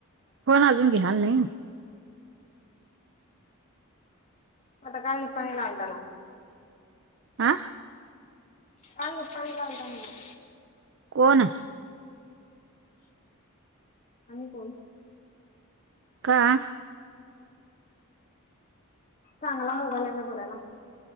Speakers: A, on the right; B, on the left.
A: फोन अजून घ्यायल नाही?
B: <unintelligible>
A: आं?
B: काही नाही पाहणी लागाल त्याला म्हणली.
A: कोण
B: आम्ही कोण?
A: का?
B: चांगला मोबाईल आहे का बघायला?